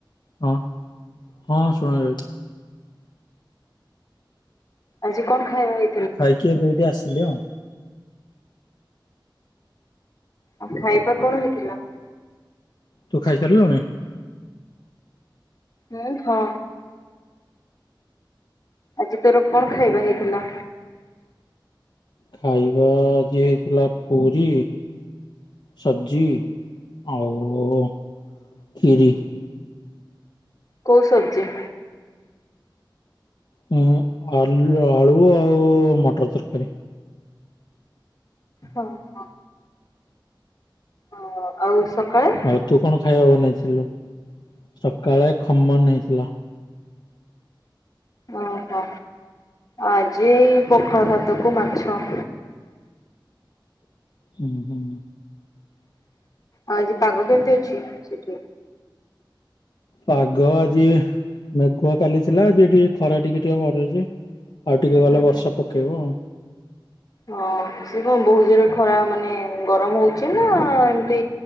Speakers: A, on the left; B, on the left.
A: ହଁ ହଁ ଶୁଣାଯାଉଛି।
B: ଆଜି କଣ ଖାଇବା ହେ
A: ଖାଇକି ଏବେ ଏଇଠି ଆସିଲି ଆଉ।
B: ଆଉ ଖାଇବା କଣ ହେଇଥିଲା?
A: ତୁ ଖାଇସାରିଲୁଣି?
B: ହୁଁ ହଁ। ଆଜି ତୋର କଣ ଖାଇବା ହେଇଥିଲା?
A: ଖାଇବା ଆଜି ହେଇଥିଲା ପୁରୀ। ସବଜି ଆଉ କ୍ଷୀରି।
B: କଉ ସବଜି?
A: ହୁଁ ଆଲ ଆଳୁ ଆଉ ମଟର ତରକାରୀ।
B: ହଁ ହଁ। ହଁ ଆଉ ସକାଳେ।
A: ଆଉ ତୁ କଣ ଖାଇବା ବନେଇଥିଲୁ? ସକାଳେ ଖମନ ହେଇଥିଲା।
B: ଓହୋ। ଆଜି ପଖାଳ ଭାତକୁ ମାଛ।
A: ହୁଁ ହୁଁ।
B: ଆ ଆଜି ପାଗ କେମିତି ଅଛି ସେଠି?
A: ପାଗ ଆଜି ମେଘୁ କାଲି ଥିଲା ଆଜି ଟିକେ ଖରା ଟିକେ ଟିକେ କରୁଛି ଆଉ ଟିକେ ଗଲେ
B: ହୁଁ
A: ବର୍ଷା ପକେଇବ ଆଉ। ହ
B: ହଁ। ସେ କଣ ବହୁତ ଜୋରେ ଖରା ମାନେ ଗରମ ହଉଚି ନା ଏମିତି